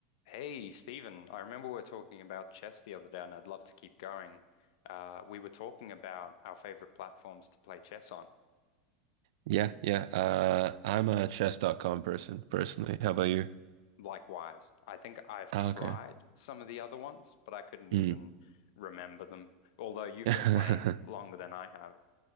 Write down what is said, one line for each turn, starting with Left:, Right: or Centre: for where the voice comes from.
Left: Hey, Stephen, I remember we were talking about chess the other day, and I'd love to keep going. Uh, we were talking about our favorite platforms to play chess on.
Right: Yeah, yeah. Uh, I'm a chess.com person personally. How about you?
Left: Likewise, I think I've
Right: Oh,
Left: tried
Right: okay.
Left: some of the other ones, but I couldn't
Right: Mm.
Left: even remember them. Although you've
Right: <laughs>
Left: been playing longer than I have.